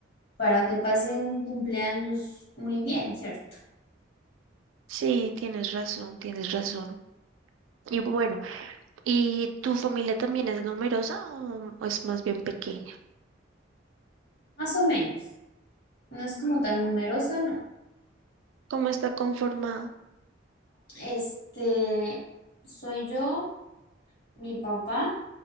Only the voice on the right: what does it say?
Sí, tienes razón, tienes razón. Y bueno, ¿y tu familia también es numerosa o es más bien pequeña?
¿Cómo está conformada?